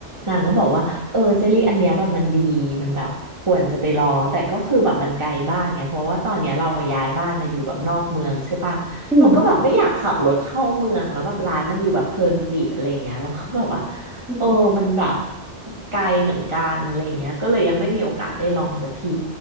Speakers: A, on the right; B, in the centre.
A: นางก็บอกว่าเออเจลลี่อันเนี้ยแบบมันดีมันแบบควรจะไปลองแต่ก็คือแบบมันไกลบ้านไยเพราะว่าตอนเนี้ยเราย้ายบ้านมาอยู่แบบนอกเมืองใช่ปะเราก็แบบไม่อยากขับรถเข้าเมืองแล้วแบบร้านมันอยู่แบบเพลินจิตอะไรอย่างเงี้ยเราก็แบบว่า
B: อืมอืม
A: เออมันแบบไกลเหมือนกันอะไรอย่างเงี้ยก็เลยยังไม่มีโอกาสได้ลองสักที